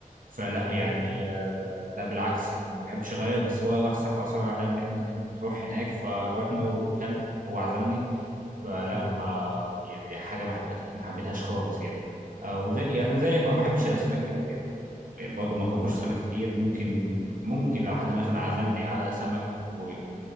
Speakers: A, on the right; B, on the left.
A: فلا يعني
B: مم.
A: آه، لا بالعكس انا ما بحبش اغير بس هو واحد صاحبي اصر على ان احنا نروح هناك فروحنا وكلت هو عزمني فلا
B: امم
A: ما يعني حاجه ما حبيتها ما حبيتهاش خالص يعني او زي يعني أنا زيك ما بحبش الاسماك قوي يعني يعني برضه ما
B: ايوه
A: باكلش
B: ايوه
A: سمك كتير ممكن ممكن لو حد مثلا عزمني على سمك و...